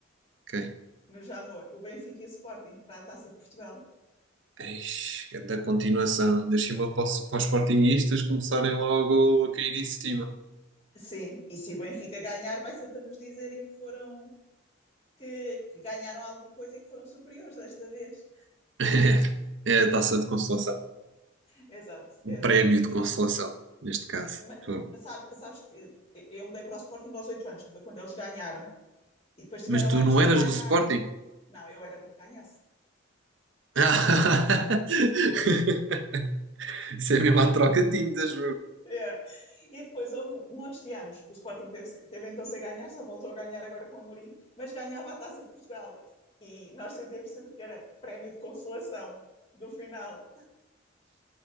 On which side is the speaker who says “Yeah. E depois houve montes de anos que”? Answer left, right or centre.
Left